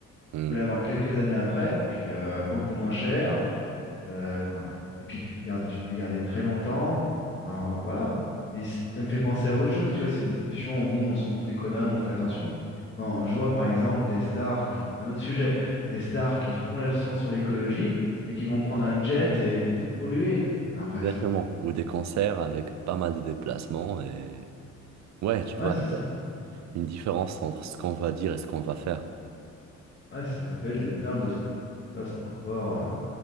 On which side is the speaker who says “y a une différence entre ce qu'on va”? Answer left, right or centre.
Right